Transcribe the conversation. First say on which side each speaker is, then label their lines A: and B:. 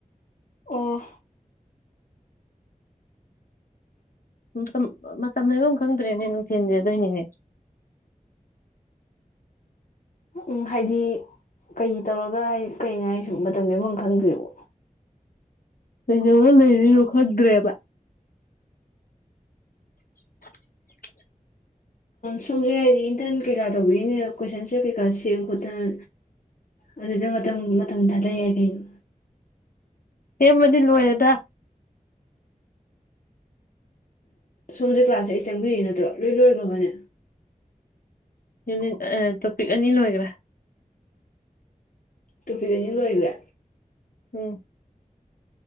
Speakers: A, on the left; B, on the left.
A: ꯑꯣ
B: ꯃꯇꯝ ꯃꯇꯝ ꯂ ꯑꯗꯨꯝ ꯈꯪꯗ꯭ꯔꯦꯅꯦ ꯅꯨꯡꯊꯤꯟꯁꯦ ꯑꯗꯨꯏꯅꯤꯅꯦ
A: ꯎꯝ ꯍꯥꯏꯗꯤ ꯀꯩ ꯇꯧꯔꯒ ꯍꯥꯏꯗꯤ ꯀꯩꯅꯣ ꯍꯥꯏꯁꯤꯕꯣ ꯃꯇꯝ ꯂꯦꯟꯕꯝ ꯈꯪꯗ꯭꯭ꯔꯦꯕꯣ
B: ꯀꯩꯗꯧꯔ ꯂꯩꯗꯣꯏꯅꯣ ꯈꯪꯗ꯭ꯔꯦꯕ <unintelligible>
A: ꯁꯣꯝꯁꯦ ꯍꯥꯏꯗꯤ ꯏꯟꯇꯔꯟ ꯀꯩꯀꯥ ꯇꯧꯕꯤꯔꯤꯅꯦ ꯀꯣꯏꯁꯟꯁꯦ ꯀꯩꯀꯥ ꯁꯦꯝ ꯈꯣꯠꯇꯅ ꯑꯗꯨꯗ ꯃꯇꯝ ꯃꯇꯝ ꯊꯥꯗ ꯌꯥꯏ ꯀꯩꯅꯣ
B: ꯁꯦꯝꯕꯗꯤ ꯂꯣꯏꯔꯦꯗ
A: ꯁꯣꯝꯁꯦ ꯀ꯭ꯂꯥꯁ ꯑꯩꯠ ꯆꯪꯕꯤꯔꯛꯏ ꯅꯠꯇ꯭ꯔꯣ ꯂꯣꯏ ꯂꯣꯏꯈ꯭ꯔꯕꯅꯦ
B: ꯌꯨꯅꯤꯠ ꯑ ꯇꯣꯄꯤꯛ ꯑꯅꯤ ꯂꯣꯏꯒꯔꯦ
A: ꯇꯣꯄꯤꯛ ꯑꯅꯤ ꯂꯣꯏ꯭ꯒꯔꯦ
B: ꯎꯝ